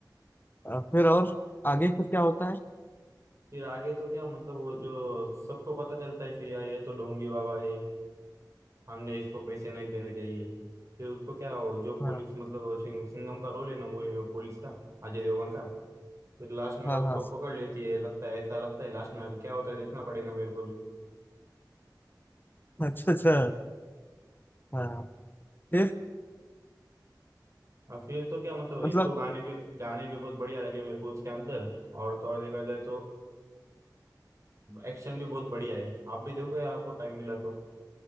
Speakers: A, on the left; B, on the right.
A: अ, फिर और आगे फिर क्या होता है
B: फिर आगे तो क्या मतलब वो जो सबको पता चलता है फिर यार ये तो ढोंगी बाबा है हमने इसको पैसे नहीं देने चाहिए फिर उसको क्या हो जो पुलिस
A: हाँ
B: मतलब वो सिंग- सिंघम का रोल है ना मूवी में पुलिस का अजय देवगन का फिर लास्ट में
A: हाँ
B: उसको
A: हाँ
B: पकड़ लेती है लगता है ऐसा लगता है लास्ट में अब क्या होता है देखना पड़ेगा मेरे को भी
A: अच्छा अच्छा हाँ फिर
B: और फिर तो क्या मतलब एक
A: मतलब
B: दो गाने भी गाने भी बहुत बढ़िया लगे मेरे को उसके अंदर और थोड़ा देखा जाए तो एक्शन भी बहुत बढ़िया है आप भी देखो यार आपको टाइम मिला तो